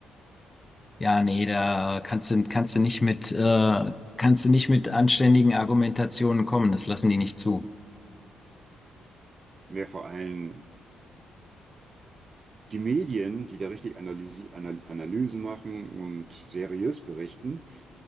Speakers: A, on the left (about 20°); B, on the right (about 35°).
A: Ja, nee, da kannst du, kannst du nicht mit, äh, kannst du nicht mit anständigen Argumentationen kommen. Das lassen die nicht zu.
B: Mehr vor allem die Medien, die da richtig Analysi Anal Analysen machen und seriös berichten,